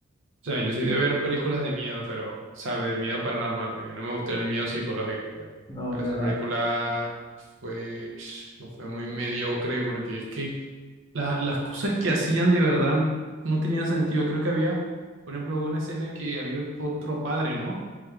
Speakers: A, on the right (about 65°); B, on the left (about 20°).
A: O sea, yo soy de ver películas de miedo, pero, sabe, de miedo paranormal, porque no me gusta el miedo psicológico, pero,
B: No,
A: pero
B: es verdad.
A: esa película fue, <sniffs> fue muy mediocre porque es que la- las cosas que hacían de verdad no tenían sentido. Creo que había, por ejemplo, una escena que había otro padre, ¿no?